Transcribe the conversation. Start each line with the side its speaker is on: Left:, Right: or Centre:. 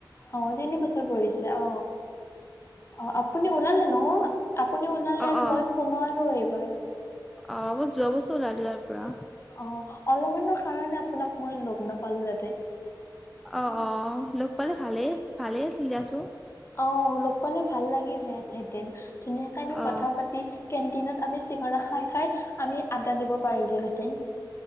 Left: অ তিনি বছৰ পৰিছে অ অ আপুনি ওলালে ন? অহ আপুনি ওলালে
Centre: অ
Left: আৰু
Centre: অ
Left: মই সোমোৱালো এইবাৰ
Centre: অ মই যোৱা বছৰ ওলালো তাৰ পৰা
Left: অ অলপমানৰ কাৰণে আপোনাক মই লগ নাপালো তাঁতে
Centre: অহঁ অহঁ লগ পালে ভালেই ভালে আছিল দিয়াচোন
Left: অ লগ পালে ভাল লাগিল হেঁতেন ধুনীয়াকে আমি
Centre: অ
Left: কথাঁও পাতি কেণ্টিনত আমি চিঙৰা খাই খাই আমি আড্ডা দিব পাৰিলোহেঁতেন